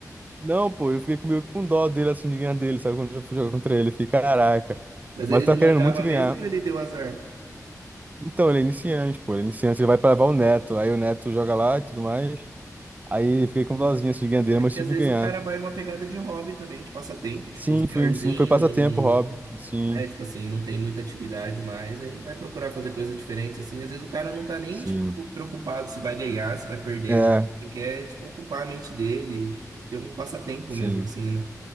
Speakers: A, on the right; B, on the right.
A: Não, pô, eu fiquei meio que com dó dele, assim, de ganhar dele, sabe? Quando eu fui jogar contra ele, eu fiquei, caraca.
B: Mas
A: Mas
B: ele
A: eu tava
B: não manjava
A: querendo muito ganhar.
B: mesmo ou ele deu azar?
A: Então, ele é iniciante, pô. Ele é iniciante, ele vai pra levar o Neto. Aí o Neto joga lá e tudo mais. Aí fiquei com dozinha assim, de ganhar dele,
B: É
A: mas
B: porque
A: tive
B: às vezes
A: que ganhar.
B: o cara vai numa pegada de hobby também, de passatempo, tipo,
A: Sim,
B: um senhorzinho,
A: foi, sim, foi passatempo,
B: num.
A: Rob. Sim,
B: né? Tipo assim, não tem muita atividade mais, aí vai procurar fazer coisas diferentes, assim. Às vezes o cara não tá nem,
A: sim.
B: tipo, preocupado se vai ganhar, se vai perder.
A: É,
B: Ele quer, tipo, ocupar a mente dele, ter um passatempo
A: sim.
B: mesmo, assim, né?